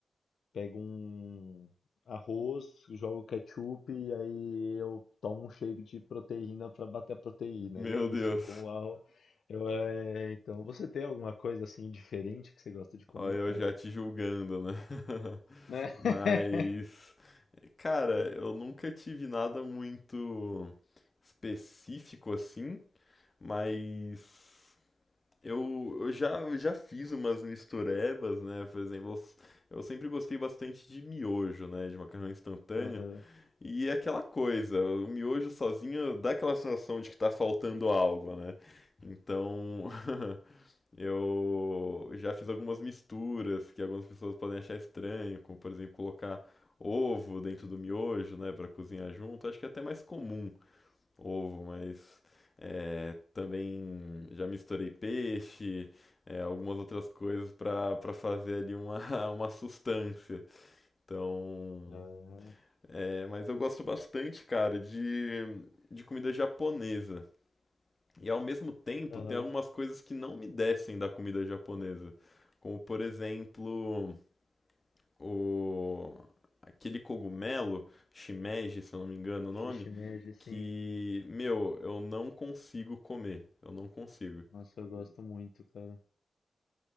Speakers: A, on the left (about 85°); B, on the left (about 35°).
A: Pego um arroz, jogo ketchup e aí eu tomo um shake de proteína para bater a proteína.
B: Meu
A: E é isso,
B: Deus.
A: eu como arroz. Eu, é, então, você tem alguma coisa assim diferente que você gosta de comer,
B: Olha, eu
A: cara?
B: já te julgando, né? <laughs>
A: Né? <laughs>
B: Mas, cara, eu nunca tive nada muito específico assim, mas eu, eu já, já fiz umas misturebas, né? Por exemplo, eu, eu sempre gostei bastante de miojo, né? De macarrão instantânea.
A: Aham,
B: E é aquela coisa, o miojo sozinho dá aquela sensação de que tá faltando algo, né? Então, <laughs> eu já fiz algumas misturas que algumas pessoas podem achar estranho, como por exemplo colocar ovo dentro do miojo, né, para cozinhar junto. Acho que é até mais comum ovo, mas é, também já misturei peixe, é, algumas outras coisas para para fazer ali uma, <laughs> uma sustância. Então,
A: aham,
B: é, mas eu gosto bastante, cara, de, de comida japonesa. E ao mesmo tempo,
A: aham.
B: tem algumas coisas que não me descem da comida japonesa. Como, por exemplo, o aquele cogumelo, shimeji, se eu não me engano o
A: Shimeji,
B: nome,
A: sim.
B: que, meu, eu não consigo comer. Eu não consigo.
A: Nossa, eu gosto muito, cara.